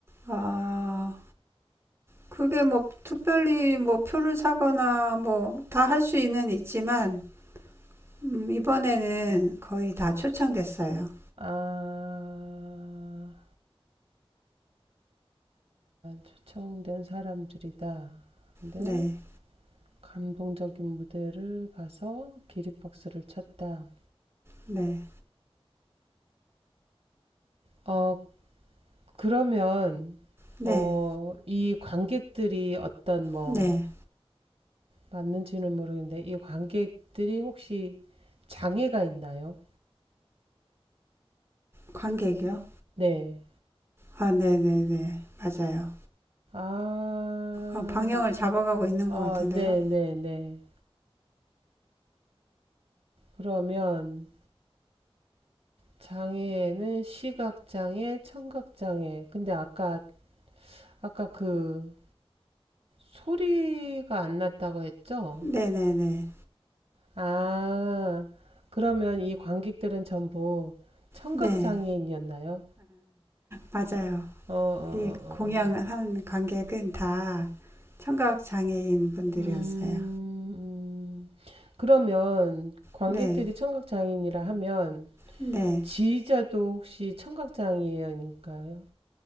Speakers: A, on the right; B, on the right.
A: 아, 그게 뭐 특별히 뭐 표를 사거나 뭐 다 할 수 있는 있지만 음, 이번에는 거의 다 초청됐어요.
B: 아, 초청된 사람들이다. 근데
A: 네,
B: 감동적인 무대를 봐서 기립박수를 쳤다.
A: 네,
B: 어, 그러면,
A: 네,
B: 어, 이 관객들이 어떤 뭐,
A: 네.
B: 맞는지는 모르겠는데, 이 관객들이 혹시 장애가 있나요?
A: 관객이요?
B: 네.
A: 아, 네, 네, 네. 맞아요.
B: 아,
A: 어, 방향을 잡아가고 있는
B: 아,
A: 것 같은데요.
B: 네네네. 그러면, 장애는 시각장애, 청각장애. 근데 아까, 아까 그 소리가 안 났다고 했죠?
A: 네네네.
B: 아, 그러면 이 관객들은 전부 청각장애인이었나요?
A: 네, 맞아요.
B: 어, 어, 어,
A: 이
B: 어,
A: 공양한
B: 어.
A: 관객은 다 청각 장애인 분들이었어요.
B: 음, 음. 그러면 관객들이
A: 네,
B: 청각장애인이라 하면
A: 네.
B: 지휘자도 혹시 청각장애인일까요?